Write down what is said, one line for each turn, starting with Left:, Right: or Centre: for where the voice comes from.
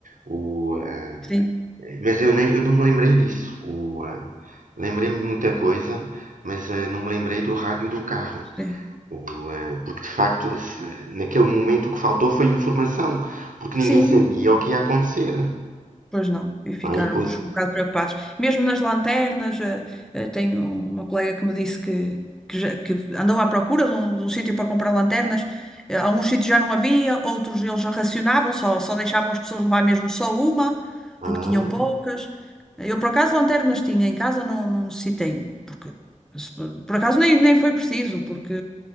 Right: O, ah,
Centre: sim,
Right: mas eu, nem, eu não me lembrei disso. O, ah, lembrei-me de muita coisa, mas ah, não me lembrei do rádio do carro.
Centre: sim.
Right: O, ah, porque de facto, naquele momento o que faltou foi informação, porque ninguém
Centre: Sim,
Right: sabia o que ia acontecer.
Centre: Pois não, e ficarmos
Right: Ah, e depois.
Centre: um bocado preocupados. Mesmo nas lanternas, eh, eh, tenho uma colega que me disse que, que, já- que andou à procura de um, de um sítio para comprar lanternas. Eh, Alguns sítios já não havia, outros eles já racionavam, só, só deixavam as pessoas levar mesmo só uma,
Right: Ah,
Centre: porque tinham poucas. Eh, Eu, por acaso, lanternas tinha em casa, não, não necessitei, porque se- por acaso nem, nem foi preciso, porque